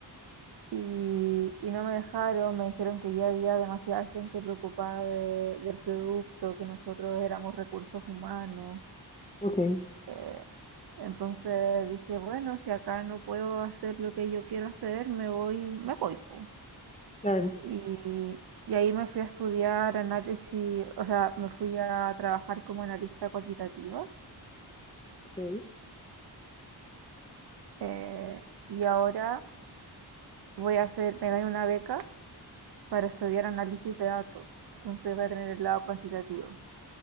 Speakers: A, on the right; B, on the left.
A: y, y no me dejaron, me dijeron que ya había demasiada gente preocupada de- del producto, que nosotros éramos recursos humanos.
B: ok,
A: eh, entonces dije, bueno, si acá no puedo hacer lo que yo quiero hacer, me voy, me voy, po.
B: claro,
A: Y, y ahí me fui a estudiar análisis, o sea, me fui a trabajar como analista cualitativa.
B: ok.
A: eh, y ahora voy a hacer, me gané una beca para estudiar análisis de datos. Entonces voy a tener el lado cuantitativo.